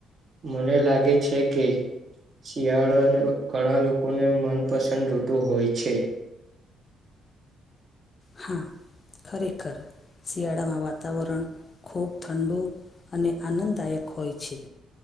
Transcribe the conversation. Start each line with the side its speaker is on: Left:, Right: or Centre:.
Right: મને લાગે છે કે શિયાળાનું ઘણા લોકોને મનપસંદ ઋતુ હોય છે.
Left: હા ખરેખર. શિયાળામાં વાતાવરણ ખૂબ ઠંડુ અને આનંદદાયક હોય છે.